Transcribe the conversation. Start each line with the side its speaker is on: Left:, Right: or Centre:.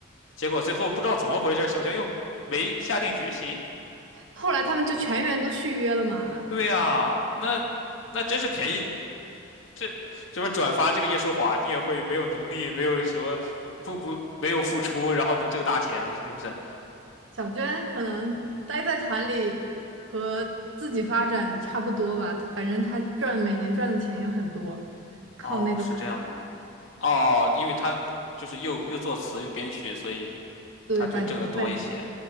Left: 结果最后不知道怎么回事，小娟又没下定决心。
Right: 后来他们就全员都续约了嘛。
Left: 对呀，那那真是便宜，这这不转发这个叶舒华，你也会没有能力，没有什么不不不没有付出，然后能挣大钱，是不是？
Right: 小娟可能待在团里和自己发展差不多吧，她反正她赚每年赚的钱也很多，靠那个
Left: 哦，是这样吗？哦，因为他就是又又作词又编曲，所以
Right: 对版权费，
Left: 他就挣得多一些，